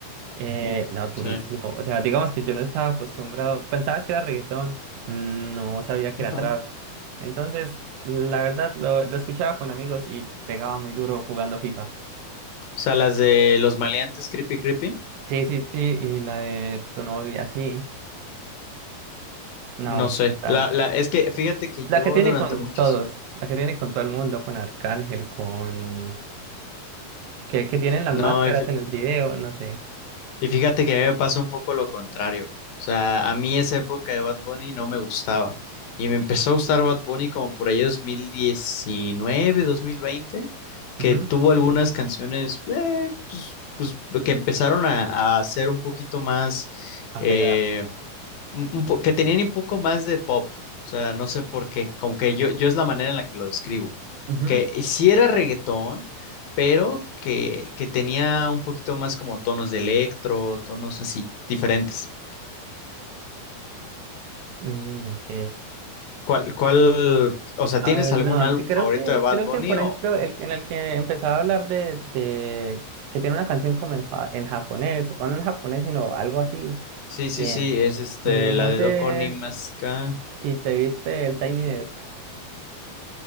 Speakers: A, on the right (about 80°); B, on the left (about 70°).
A: eh, no, durísimo.
B: Sí.
A: O sea, digamos que yo no estaba acostumbrado, pensaba que era reggaetón, no sabía
B: Ajá.
A: que era trap.
B: O
A: Entonces, la verdad, lo, lo escuchaba con amigos y pegaba muy duro jugando FIFA.
B: sea, las de Los Maleantes Creepy Creepy.
A: Sí, sí, sí, y la de tu novia, sí. No,
B: No sé.
A: brutal.
B: La, la, es que fíjate que
A: La
B: yo
A: que tiene
B: durante
A: con
B: muchos...
A: todos, la que tiene con todo el mundo, con Arcángel, con... Que, que tienen las
B: No,
A: máscaras en el video, no sé.
B: Y fíjate que a mí me pasa un poco lo contrario. O sea, a mí esa época de Bad Bunny no me gustaba. Y me empezó a gustar Bad Bunny como por ahí 2019, 2020, que
A: Ujú,
B: tuvo algunas canciones eh, pues, pues, que empezaron a, a ser un poquito más,
A: A
B: eh,
A: pegar.
B: un- un po- que tenían un poco más de pop. O sea, no sé por qué. Como que yo, yo es la manera en la que lo describo.
A: Ujú,
B: Que sí era reggaetón, pero que, que tenía un poquito más como tonos de electro, tonos así, diferentes.
A: mm, ok.
B: ¿Cuál, cuál, o sea,
A: A
B: ¿tienes
A: ver,
B: algún
A: no,
B: álbum
A: te- creo
B: favorito
A: que,
B: de Bad
A: creo
B: Bunny
A: que, por
B: o?
A: ejemplo, el en el que empezaba a hablar de, de que tiene una canción como en, ja- en japonés, o no en japonés, sino algo así.
B: Sí, sí,
A: Bien.
B: sí, es este,
A: Y no
B: la de
A: sé
B: Doko Ni Maska.
A: si te viste el Tiny Desk.